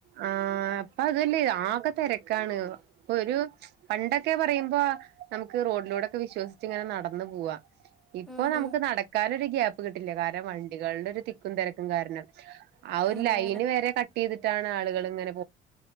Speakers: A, on the right; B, in the centre.
A: ആ പ്പതല്ലേ ആകെതെരക് ക്കാണ് പ്പൊരു പണ്ടൊക്കെ പറയുമ്പോ നമുക്ക് റോഡിലൂടൊക്കെ വിശ്വസിച്ച് ങ്ങനെ നടക് ന്ന്പോവാം ഇപ്പൊ
B: ഉം
A: നമുക്ക്
B: ഉം
A: നടക്കാനൊര് ഗ്യാപ് പ്പകിട്ടില്ല കാരണം വൺ കുട്ടികളുടെ ഒരു തിക്കും തിരക്കും കാരണം ആ ഒരു
B: അതെ
A: ലൈന്
B: അതെ
A: വരെ കട്ട് ട്ട് ചെയ്തിട്ടാണ് അട് എങ്ങനെ